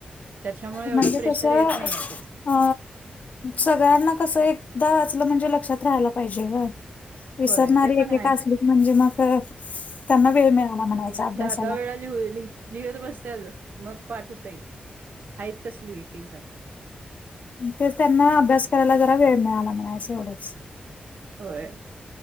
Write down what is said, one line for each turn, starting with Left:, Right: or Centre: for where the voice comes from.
Right: त्याच्यामुळे एवढं
Left: म्हणजे
Right: प्रेशर
Left: कसं
Right: येत नाही आहे त्याच.
Left: अ सगळ्यांना कसं एकदा वाचलं म्हणजे लक्षात राहायला पाहिजे ग. विसरणारी
Right: होय ते पण
Left: एकेका
Right: आहे.
Left: असलीच म्हणजे मग त्यांना वेळ मिळाला म्हणायचा अभ्यास.
Right: दर वेळा लिहुत लिहत बसत्यात मग पाठ होतय आहेत तसली एक एक जण.
Left: तेच त्यांना अभ्यास करायला जरा वेळ मिळाला म्हनायच एवढंच.
Right: होय